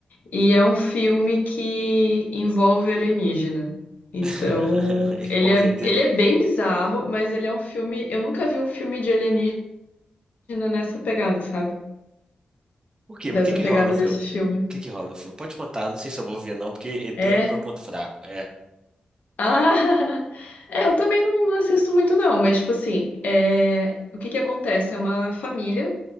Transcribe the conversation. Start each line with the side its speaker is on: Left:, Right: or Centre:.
Left: E é um filme que envolve alienígena. Então,
Right: <laughs> E
Left: ele
Right: Vão
Left: é,
Right: ver ET.
Left: ele é bem bizarro, mas ele é um filme. Eu nunca vi um filme de alienígena nessa pegada, sabe?
Right: Por quê?
Left: Dessa
Right: Mas o que que
Left: pegada
Right: rola no filme?
Left: desse filme.
Right: O que que rola no filme? Pode contar, não sei se eu vou ver não, porque ET
Left: É.
Right: é o meu ponto fraco. É.
Left: Ah! <laughs> É, eu também não assisto muito, não, mas, tipo assim, é... o que que acontece? É uma família.